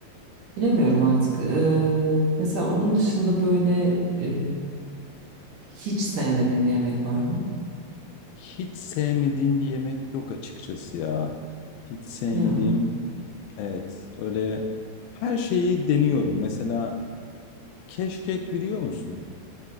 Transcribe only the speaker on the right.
Bilemiyorum artık. E, mesela onun dışında böyle e, hiç sevmediğim bir yemek var mı?
Ya